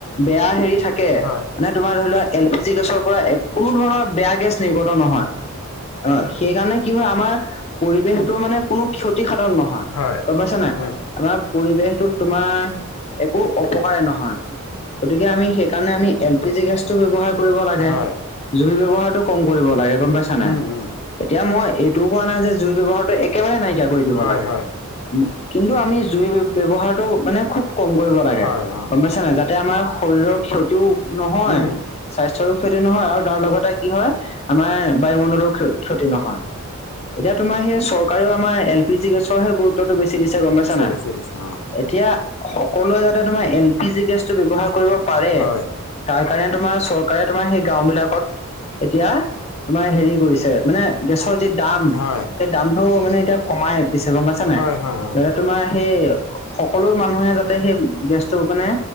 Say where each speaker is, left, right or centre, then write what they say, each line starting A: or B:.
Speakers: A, on the left; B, on the left.
A: বেয়া হেৰি থাকে
B: হয়
A: মানে তোমাৰ ধৰি লোৱা এল পি জি গেছব পৰা কোনো ধৰণৰ বেয়া গেছ নিৰ্গত নহয় অ সেইকাৰণে কি হয় আমাৰ পৰিৱেশটো মানে কোনো ক্ষতিসাধন নহয়
B: হয়
A: গম পাইছা নাই
B: উম
A: আমাৰ পৰিৱেশটোত তোমাৰ একো অপকাৰে নহয় গতিকে আমি সেইকাৰণে আমি এল পি জি গেছটো ব্যৱহাৰ কৰিব লাগে
B: হয়
A: জুই ব্যৱহাৰটো কম কৰিব লাগে গম পাইছা নাই।
B: উম উম
A: এতিয়া মই এইটোও কোৱা নাই যে জুই ব্যৱহাৰত একেবাৰে নাইকিয়া কৰি দিব
B: হয়
A: লাগে
B: হয়
A: কিন্তু আমি জুই ব্যৱহাৰটো মানে খুব কম কৰিব লাগে
B: হয় অ
A: গম পাইছা নাই যাতে আমাৰ শৰীৰৰ ক্ষতিও নহয়
B: উম
A: স্বাস্থ্যৰো ক্ষতি নহয় আৰু তাৰ লগতে কি হয় আমাৰ বায়ুমণ্ডলো ক্ষতি নহয়। এতিয়া তোমাৰ সেই চৰকাৰেও আমাৰ এল পি জি গেছৰহে গুৰু- ত্ব বেছি দিছে গম পাইছা নাই
B: বেছি দিছে অ
A: এতিয়া সকলোৱে যাতে তোমাৰ এল পি জি গেছটো ব্যৱহাৰ কৰিব পাৰে
B: হয়
A: তাৰ কাৰণে তোমাৰ চৰকাৰে তোমাৰ সেই গাঁও বিলাকত এতিয়া তোমাৰ হেৰি কৰিছে মানে গেছৰ যি দাম
B: হয়
A: সে- দামটো মানে এতিয়া কমাই দিছে গম পাইছা নাই।
B: হয় হয় অ
A: তোমাৰ সেই সকলো মানুহে যাতে সেই গেছটো মানে